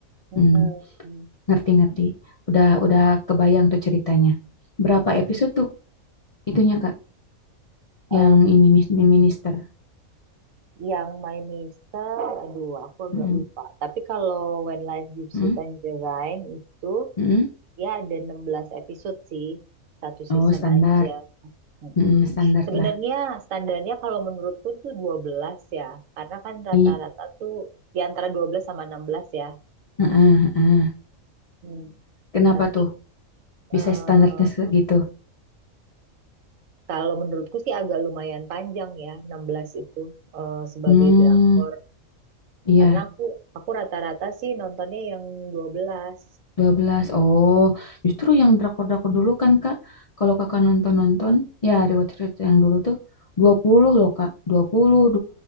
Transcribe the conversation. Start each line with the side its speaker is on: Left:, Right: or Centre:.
Right: Mm-mm.
Left: Hmm, ngerti-ngerti. Udah udah kebayang tuh ceritanya. Berapa episode tuh itunya Kak?
Right: Eh,
Left: Yang ini mis- minister.
Right: yang My Mister, aduh aku agak
Left: Hmm,
Right: lupa. Tapi kalau When Life Gives
Left: hmm,
Right: You Tangerine itu,
Left: hmm.
Right: ya ada 16 episode sih, satu season
Left: Oh standar,
Right: aja. Mm-mm.
Left: hmm, standar
Right: Sebenarnya
Left: lah.
Right: standarnya kalau menurutku tuh 12 ya, karena kan rata-rata
Left: I-
Right: tuh di antara 12 sama 16 ya.
Left: Heeh, heeh.
Right: Hmm.
Left: Kenapa
Right: Tapi
Left: tuh bisa
Right: eh,
Left: standarnya segitu?
Right: kalau menurutku sih agak lumayan panjang ya 16 itu eh, sebagai
Left: Hmm,
Right: drakor.
Left: iya,
Right: Karena aku aku rata-rata sih nontonnya yang 12.
Left: dua belas Oh, justru yang drakor-drakor dulu kan, Kak. Kalau Kakak nonton-nonton, ya rewatch-rewatch yang dulu tuh 20 loh, Kak. 20,